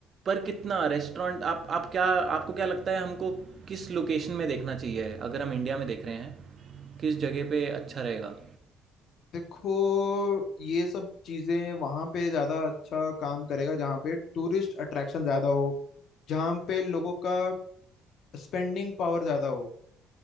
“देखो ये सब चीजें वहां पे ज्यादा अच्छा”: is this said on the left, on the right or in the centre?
Left